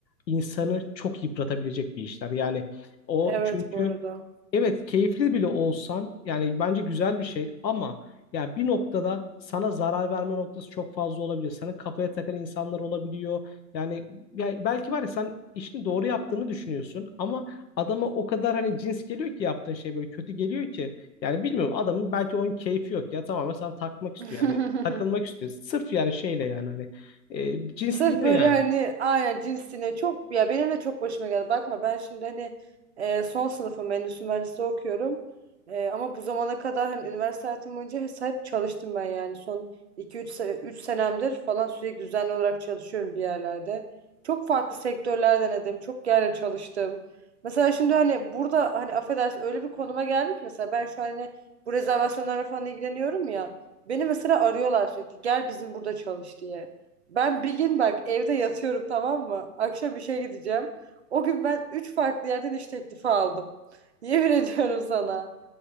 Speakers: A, on the left (about 85°); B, on the right (about 45°).
A: insanı çok yıpratabilecek bir işler. Yani o
B: Evet
A: çünkü
B: bu arada.
A: Evet keyifli bile olsan yani bence güzel bir şey ama ya bir noktada sana zarar verme noktası çok fazla olabiliyor. Sana kafaya takan insanlar olabiliyor. Yani, ya belki var ya sen işini doğru yaptığını düşünüyorsun ama adama o kadar hani cins geliyor ki yaptığın şey böyle kötü geliyor ki. Yani bilmiyorum adamın belki onun keyfi yok ya tamamen sana takmak istiyor
B: <laughs>
A: yani takılmak istiyor. Sırf yani şeyle yani hani e, cins
B: Sırf
A: değil yani.
B: böyle hani aynen cinsine çok ya benim de çok başıma geldi. Bakma ben şimdi hani e, son sınıfım endüstri mühendisliği okuyorum. E, ama bu zamana kadar hani üniversite hayatım boyunca hep hep çalıştım ben yani. Son 2-3 3 senemdir falan sürekli düzenli olarak çalışıyorum bir yerlerde. Çok farklı sektörler denedim. Çok yerle çalıştım. Mesela şimdi hani burada hani affedersin öyle bir konuma geldik ki mesela ben şu an hani bu rezervasyonlarla falan ilgileniyorum ya. Beni mesela arıyorlar sürekli gel bizim burada çalış diye. Ben bir gün bak evde yatıyorum tamam mı? Akşam işe gideceğim. O gün ben üç farklı yerden iş teklifi aldım. <laughs> Yemin ediyorum sana.